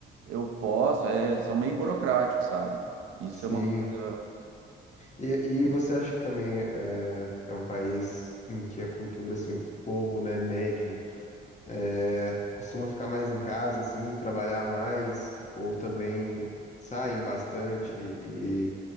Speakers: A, on the right; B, on the left.
A: Eu posso, é, são meio burocráticos, sabe? Isso
B: Sim.
A: é uma coisa.
B: E, e você acha que também é, é um país em que a cultura, assim, o povo, né, médio, É, costuma ficar mais em casa, assim, trabalhar mais, ou também saem bastante e